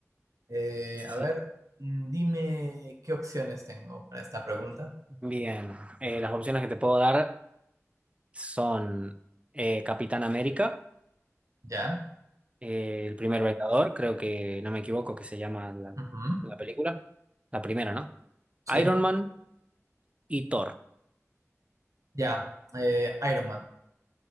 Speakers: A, on the right; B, on the right.
A: Eh,
B: sí,
A: a ver, mm, dime qué opciones tengo para esta pregunta.
B: bien. Eh, las opciones que te puedo dar son eh, Capitán América,
A: Ya,
B: eh, El Primer Vengador, creo que no me equivoco que se llama la
A: ujú,
B: la película, la primera, ¿no?
A: sí,
B: Iron Man y Thor.
A: ya, eh, Iron Man.